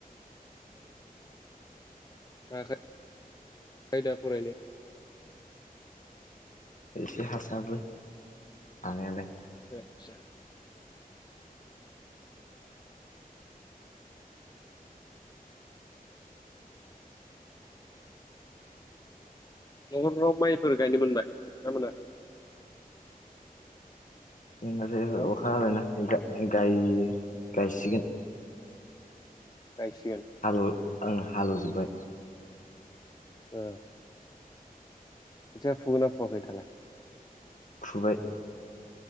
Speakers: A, on the left (about 25°); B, on the left (about 55°).
A: मा आयदा फरायनो
B: एसे हासाबो हानायालाय
A: आसा न' न' माइफोर गायनो मोनबाय ना मोनाखै
B: जोंनाथ' एबार
A: हेल'
B: अखा हाबायना गा गाय गायसिगोन।
A: गायसिगोन
B: हाल आं हालौवजोबबाय
A: ओ खोथिया फुगोननाफुयाखै दालाय?
B: फुबाय।